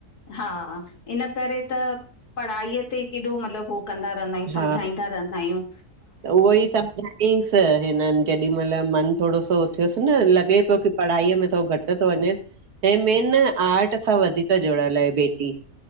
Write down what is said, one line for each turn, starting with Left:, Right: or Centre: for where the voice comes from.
Left: हा इन करे त पढ़ाईअ ते केॾो मतलब हो कंदा रहंदा आयूं समझाईंदा
Right: हा
Left: रहंदा आयूं।
Right: त उवई समझाईंनस हिनन खे जेॾी मल मन थोरो सो थियुस न लॻे तो कि पढ़ाई में थोरो घट तो वञे, हे मेन न आर्ट सां वधीक जुड़ियल आहे बेटी